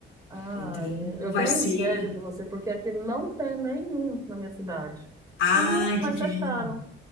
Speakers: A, on the right; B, on the left.
A: Ah,
B: Então
A: eu
B: vai
A: tenho
B: ser.
A: inveja de você, porque aqui não tem nenhum na minha cidade.
B: Ai,
A: Tinha, mas
B: que pena.
A: fecharam.